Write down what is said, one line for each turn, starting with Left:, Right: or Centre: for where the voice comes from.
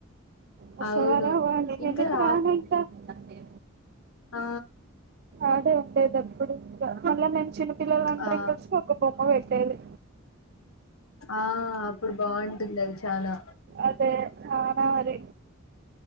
Right: వస్సవ
Left: అవును
Right: రావా అనీ నేనైతే
Left: ఇంకా రా
Right: రానంట అంతే
Left: ఆ
Right: ఆడే ఉండేదేప్పుడు ఇంకా మళ్ళ మేం చిన్న పిల్లల్ అందరం
Left: ఆ
Right: కలిసి ఒక బొమ్మ పెట్టేది.
Left: ఆ అప్పుడు బాగుంటుంది అది చానా
Right: అదే చానారీ